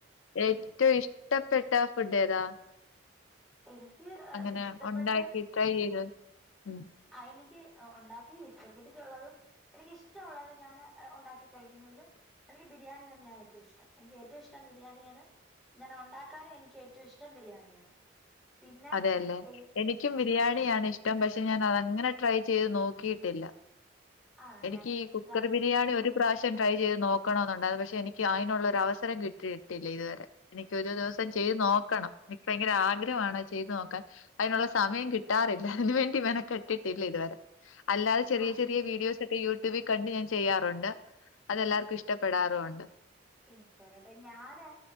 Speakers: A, on the left; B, in the centre.
A: ഏറ്റവും ഇഷ്ടപ്പെട്ട ഫുഡ് ഏതാ?
B: എനിക്ക് ആഹ്
A: അങ്ങനെ
B: ഇഷ്ടപ്പെട്ട
A: ഉണ്ടാക്കി ട്രൈ ചെയ്യാൻ. ഉം.
B: ആ എനിക്ക് ഒണ്ടാക്കി ഇഷ്ടപ്പെട്ടിട്ടുള്ളതും എനിക്കിഷ്ടവുള്ളത് ഞാന് ഒണ്ടാക്കി കഴിക്കുന്നതില് എനിക്ക് ബിരിയാണി തന്നെയാ ഏറ്റോം ഇഷ്ടം. എനിക്ക് ഏറ്റവും ഇഷ്ടം ബിരിയാണിയാണ്. ഇങ്ങനെ ഒണ്ടാക്കാനും എനിക്ക് ഏറ്റവും ഇഷ്ടം ബിരിയാണിയാണ്. പിന്നെ
A: അതേല്ലെ?
B: എനി
A: എനിക്കും ബിരിയാണിയാണിഷ്ടം പക്ഷെ ഞാനതങ്ങനെ ട്രൈ ചെയ്ത് നോക്കിയിട്ടില്ല.
B: ആണല്ലേ
A: എനിക്കീ കുക്കറ്
B: ഞാ
A: ബിരിയാണിയൊരു പ്രാവശ്യം ട്രൈ ചെയ്ത് നോക്കണോന്നുണ്ടായിരുന്നു പക്ഷെ എനിക്ക് അയിനുള്ളൊരു അവസരം കിട്ടിയിട്ടില്ല ഇതുവരെ. എനിക്കൊരു ദിവസം ചെയ്ത് നോക്കണം. എനിക്ക് ഭയങ്കര ആഗ്രഹവാണ് അത് ചെയ്ത് നോക്കാൻ. അയിനുള്ള സമയം കിട്ടാറില്ല അതിനു വേണ്ടി മെനക്കെട്ടിട്ടില്ല ഇതുവരെ. അല്ലാതെ ചെറിയ
B: ആഹ്
A: ചെറിയ വീഡിയോസ് ഈ യൂട്യൂബി കണ്ട് ഞാൻ ചെയ്യാറുണ്ട്. അതെല്ലാർക്കും ഇഷ്ടപ്പെടാറും ഉണ്ട്.
B: ഇൻസ്പെയറായിട്ട്. ഞാന്